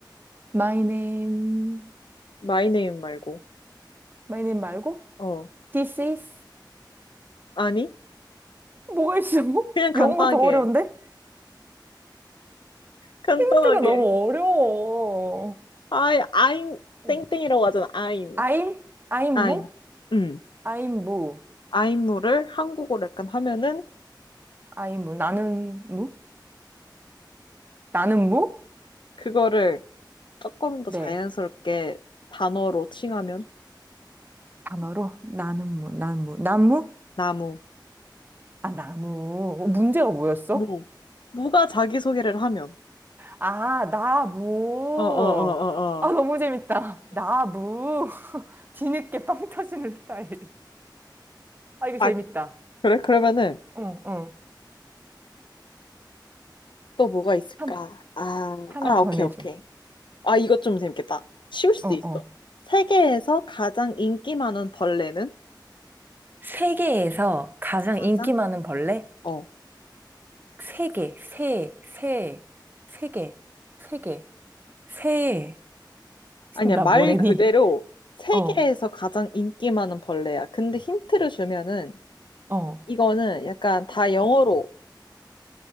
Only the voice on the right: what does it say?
마이 네임
마이 네임 말고?
This is
뭐가 있어? <laughs>
영어가 더 어려운데?
힌트가 너무 어려워.
어.
I'm I'm
무?
I'm 무.
I'm 무. 나는 무? 나는 무?
네.
단어로 나는 무. 나무. 나무?
아, 나무. 어, 문제가 뭐였어?
아, 나무.
아, 너무 재밌다. 나무. <laughs> 뒤늦게 빵 터지는 스타일. 아, 이거
재밌다.
응, 응.
한,
하나
더
내줘.
어, 어.
세계에서 가장
인기 많은 벌레?
세계 세, 세, 세계 세 <laughs> 계 새.
나
뭐래니?
어,
어,